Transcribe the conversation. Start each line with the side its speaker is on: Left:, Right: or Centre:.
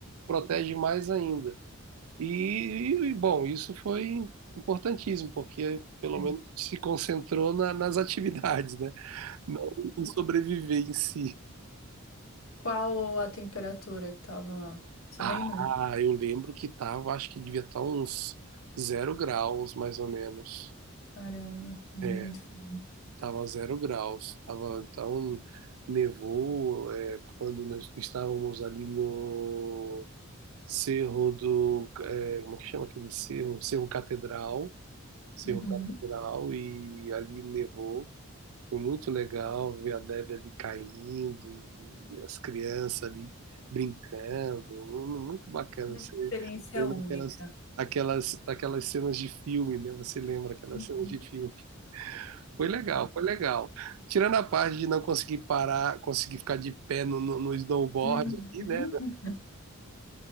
Right: protege mais ainda. E, e, bom, isso foi importantíssimo, porque pelo
Left: Sei.
Right: menos se concentrou na- nas atividades, né? Não em sobreviver em si.
Left: Qual a temperatura que tava lá? Você
Right: Ah,
Left: lembra?
Right: eu lembro que tava, acho que devia estar uns zero graus, mais ou menos.
Left: Caramba, muito
Right: É,
Left: frio.
Right: tava zero graus. Tava, então, nevou, é, quando nós estávamos ali no Cerro do, é, como é que chama aquele cerro? Cerro Catedral. Cerro
Left: Uhum.
Right: Catedral e ali nevou. Foi muito legal ver a neve ali caindo e as crianças ali brincando. Muito bacana.
Left: Uma
Right: Você
Left: experiência
Right: lembra
Left: única.
Right: aquelas, aquelas, aquelas cenas de filme, né? Você lembra aquelas
Left: Uhum.
Right: cenas de filme. Foi legal, foi legal. Tirando a parte de não conseguir parar, conseguir ficar de pé no, no, no snowboard
Left: Uhum.
Right: ali, né?